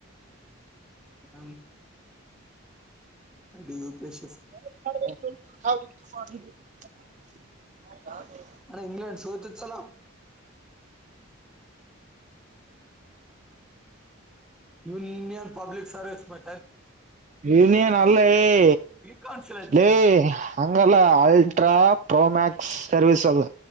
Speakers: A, in the centre; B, on the right.
A: ಹ ಅ ಉಪೇಶ
B: <unintelligible>
A: ಅೆ ಇಂಗ್ಲೆಂಡ ಸತೆ ಚಲ ಯುನಿಯನ್ ಪಬ್ಲಕ್ ಸರ್ವಿಸ ಮ
B: ಇನಿಯನ್ ಅಲ್ಲ ಏ
A: ಕೌನ್ಸಿಲ್ ಹಚ್ಚಿಂದು
B: ಲ ಹಂಗಲ್ಲ ಅಲ್ಟ್ರಾ ಪ್ರೋಮ್ಯಾಕ್ಸ್ ಸರ್ವೀಸ್ ಅದ